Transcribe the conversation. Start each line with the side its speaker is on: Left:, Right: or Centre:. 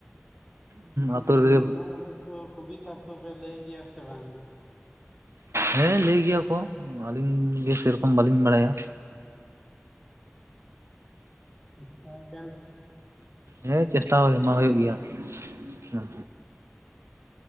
Centre: ᱢᱟᱱᱮ
Right: ᱟᱛᱳ ᱨᱮᱜᱮ
Centre: ᱚᱱᱚᱲᱦᱮᱸ ᱠᱚ ᱠᱚᱵᱤᱛᱟ ᱠᱚ ᱯᱮ ᱞᱟᱹᱭ ᱜᱮᱭᱟ ᱥᱮ ᱵᱟᱝ
Right: ᱦᱮᱸ ᱞᱟᱹᱭ ᱜᱮᱭᱟ ᱠᱚ ᱟᱹᱞᱤᱧ ᱜᱮ ᱥᱮᱨᱚᱠᱚᱢ ᱵᱟᱹᱞᱤᱧ ᱵᱟᱲᱟᱭᱟ
Centre: ᱪᱮᱥᱴᱟᱭ ᱵᱮᱱ
Right: ᱦᱮᱸ ᱪᱮᱥᱴᱟ <inaudible> ᱦᱩᱭᱩᱜ ᱜᱮᱭᱟ ᱦᱮᱸ